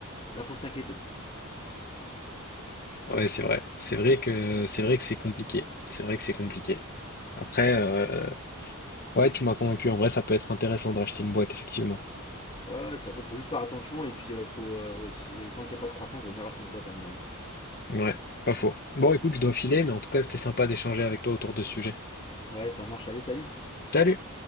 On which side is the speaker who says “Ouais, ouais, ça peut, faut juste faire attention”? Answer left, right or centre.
Left